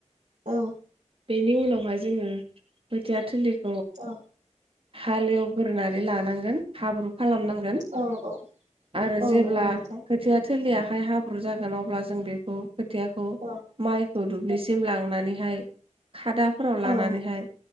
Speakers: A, on the right; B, on the right.
A: औ
B: बेनि उनावहाय जोङो खोथिया थिलिखौ
A: औ
B: हालेवगोरोनानै लानांगोन हाब्रु खालामनांगोन
A: औ
B: आरो
A: औ
B: जेब्ला
A: नंगौ नोंथां
B: खोथिया सोलियाहाय हाब्रु जागोन अब्ला जों बेखौ खोथियाखौ
A: औ
B: माइखौ दुब्लिसिम ला नानैहाय खादाफोराव लानानैहाय
A: औ